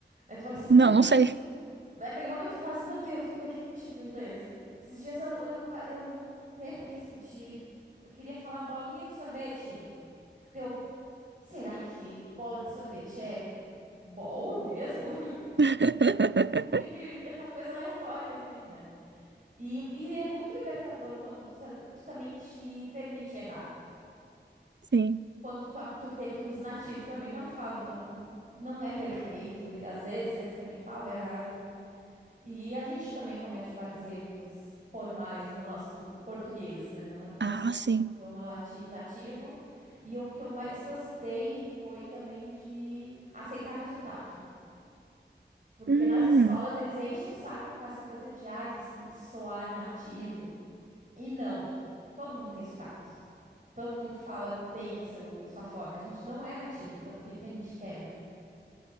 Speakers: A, on the right; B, on the right.
A: Aí tu olha assim, meu
B: Não,
A: Deus.
B: não sei.
A: Naquele momento tu fala assim, meu Deus, como é que é cutícula em inglês? Esses dias eu, eu, pa- eu teve isso de. Eu queria falar bolinha de sorvete. Deu, será que bola de sorvete é bol mesmo?
B: <laughs>
A: <laughs> Aquele, aquela coisa aleatória, assim, né? E, e é muito libertador quando tu, ta- tu também te permite errar.
B: Sim.
A: Quando tu, ab- tu vê que os nativos também não falam tão, não é perfeito. e às vezes eles também falam errado. E a gente também comete vários erros formais no nosso português, né? No nosso
B: Ah, sim.
A: idioma lati- nativo. E o que eu mais gostei foi também de aceitar meu sotaque. Porque
B: Hum.
A: nas escolas eles enchem o saco com essa coisa de, ai, você tem que soar nativo. E não, todo mundo tem sotaque. Todo mundo fala, tem o seu, sua forma. A gente não é nativo, então por que que a gente quer, né?